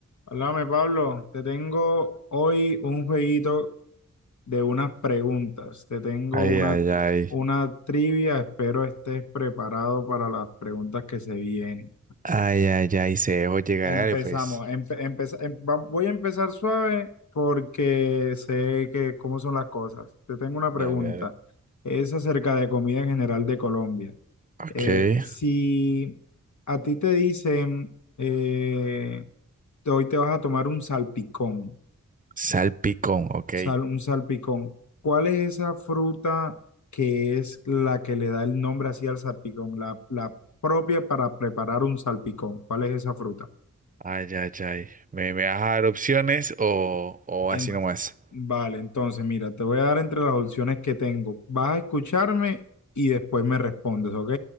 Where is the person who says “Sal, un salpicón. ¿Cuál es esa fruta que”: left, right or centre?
Left